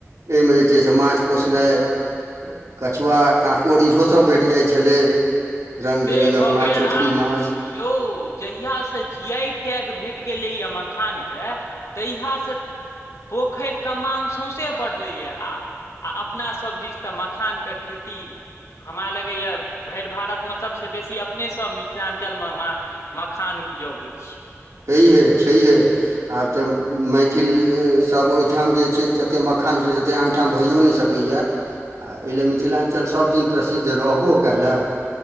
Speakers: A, on the right (about 80°); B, on the left (about 80°).
A: एहिमे जे छै से माछ पोसनाइ कछुआ काँकोड़ इहोसभ भेट जाइ छलै रंग
B: से
A: बिरंगक
B: भऽ
A: माछ
B: गेल
A: छोटकी
B: आब
A: माछ
B: यौ जहियास से जीयाइ टैग भेट गेलै या मखान के तहियासँ पोखरिके माङ्ग सौँसे बढ़लैए आ आ अपनासभ दिस तऽ मखानके खेती हमरा लगैया भरि भारतमे सभसँ बेसी अपनेसभ मिथिलांचल मा मखान उपजबैत छी
A: छैहे छैहे आब तऽ मैथिलसभ ओहिठाम जे छै जतेक मखान छै जतेक आनठाम भइओ नहि सकै किया एहि लेल मिथिलाञ्चल सभदिन प्रसिद्ध रहबो कयलए